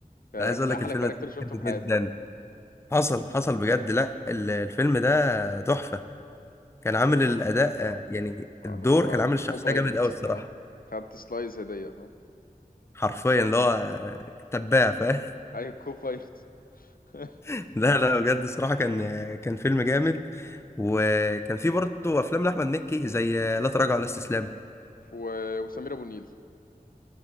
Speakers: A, on the left (about 75°); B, on the left (about 20°).
A: كان
B: عايز
A: كان
B: اقول
A: احلى
B: لك الفيلم
A: كاركتر
B: ده
A: شفته
B: بحبه
A: في
B: جدا
A: حياتي
B: حصل حصل بجد لا ال- الفيلم ده تحفة كان عامل
A: وهو-
B: الأداء آه، يعني
A: اللي
B: الدور
A: هو
B: كان عامل الشخصية
A: كو بايلوت
B: جامد قوي الصراحة
A: اه خدت سلايز هديه فاهم
B: حرفيا اللي هو آه، تباع فاهم
A: ايوه كو بايلوت <laughs>
B: <laughs> لا لا بجد الصراحة كان آه، كان فيلم جامد وكان فيه برضه أفلام لأحمد مكي زي آه، لا تراجع ولا استسلام
A: و- وسمير ابو النيل